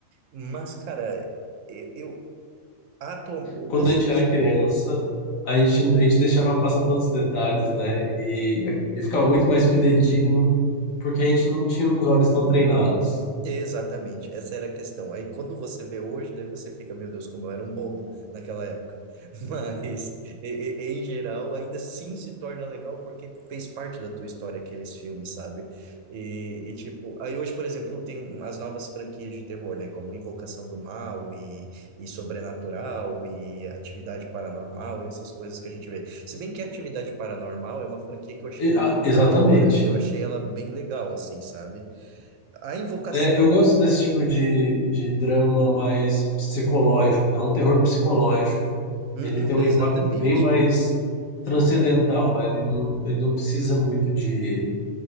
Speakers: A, on the right; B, on the left.
A: Mas, cara, eu, eu atu-
B: Quando
A: os
B: a gente
A: filmes
B: era criança, a gente, a gente deixava passar tantos detalhes, né? E, e ficava muito mais fidedigno, porque a gente não tinha os olhos tão treinados.
A: Exatamente, essa era a questão. Aí quando você vê hoje, daí você fica, meu Deus, como eu era um bobo naquela época. <laughs> Mas, e- e- em geral, ainda assim se torna legal porque fez parte da tua história aqueles filmes, sabe? E, e, tipo, aí hoje, por exemplo, tem um- as novas franquias de terror, né? Como Invocação do Mal e, e Sobrenatural e Atividade Paranormal e essas coisas que a gente vê. Se bem que Atividade Paranormal é uma franquia que eu achei
B: E- ah,
A: muito
B: exatamente.
A: da hora. Eu achei ela bem legal, assim, sabe? A Invocação
B: É, eu gosto desse tipo de, de drama mais psicológico, né? Um terror psicológico.
A: Uhum,
B: Ele tem um
A: exatamente.
B: impacto bem mais transcendental. né, Ele não, ele não precisa muito de,